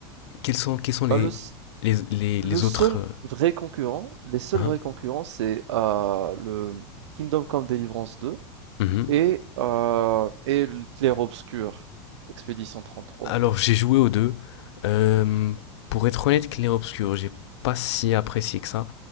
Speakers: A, on the left; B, on the right.
A: quels sont, quels sont les,
B: Bah, le,
A: les, les, les
B: Le seul
A: autres, euh,
B: vrai concurrent, les seuls
A: hein?
B: vrais concurrents, c'est euh, le Kingdom Come Deliverance 2
A: Mhm.
B: et, euh, et le Clair Obscur, Expédition 33.
A: Alors, j'ai joué aux deux. Euh, pour être honnête, Clair Obscur, j'ai pas si apprécié que ça.